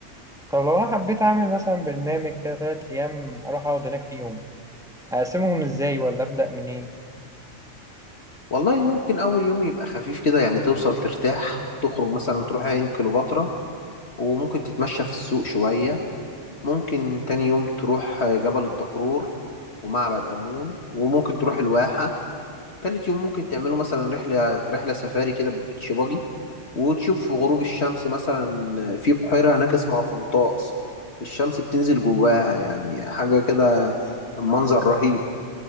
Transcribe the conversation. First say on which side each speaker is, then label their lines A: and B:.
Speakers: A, in the centre; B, on the left (about 60°).
A: طب لو أنا حبيت أعمل مثلا برنامج كده تلات أيام أروح أقعد هناك فيهم اقسمهم ازاي ولا ابدا منين
B: والله ممكن اول يوم يبقى خفيف كده يعني توصل ترتاح تخرج مثلا تروح عين كليوباترا وممكن تتمشى في السوق شويه ممكن تاني يوم تروح جبل الدكرور ومعبد امون وممكن تروح الواحه تالت يوم ممكن تعملوا مثلا رحلة رحلة سفاري كده بالبيتش باجي وتشوف غروب الشمس مثلا في بحيرة هناك اسمها فنطاس الشمس بتنزل جواها يعني حاجة كده منظر رهيب